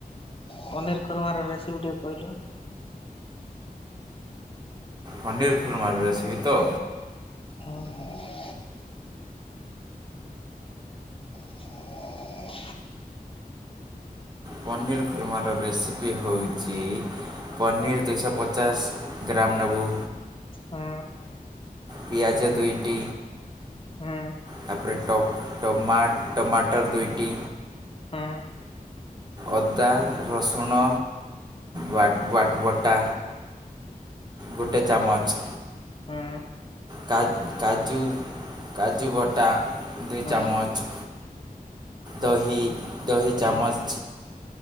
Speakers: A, on the left; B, on the right.
A: ପନିର ଖରୁମାର ରେସିପି ଟିକେ କହିଲୁ।
B: ପନିର୍ ଖୁର୍ମାର ରେସିପି ତ।
A: ହୁଁ। ହ
B: ପନିର୍ ଖୁର୍ମାର ରେସିପି ହଉ। ଚି ପନିର୍ ଦୁଇଶ ପଚାଶ ଗ୍ରମ୍ ନବୁ।
A: ହୁଁ।
B: ପିଆଜ ଦୁଇଟି
A: ହୁଁ
B: ତାପରେ ଟ ଟମା ଟମାଟର ଦୁଇଟି।
A: ହୁଁ।
B: ଅଦା ରସୁଣ ବା ବାଟ ବଟା। ଗୋଟେ ଚାମଚ।
A: ହୁଁ
B: କା କାଜୁ କାଜୁ ବଟା ଦୁଇ
A: ହୁଁ ହୁଁ
B: ଚାମଚ। ଦହି ଦହି ଚାମଚ।
A: ହୁଁ ହୁଁ